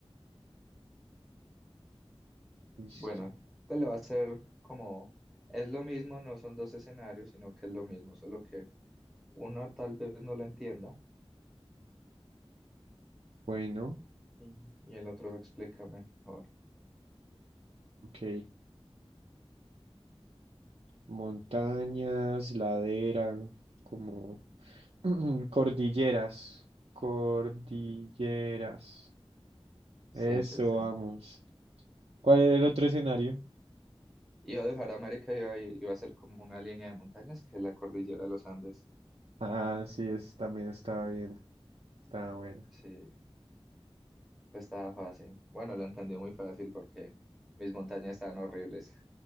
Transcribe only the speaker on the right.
Listo.
Bueno,
ok. Montañas, ladera, como <clears throat> cordilleras. Cordilleras.
Eso,
vamos. ¿Cuál era el otro escenario?
Ah, sí, es, también estaba bien. Estaba buena.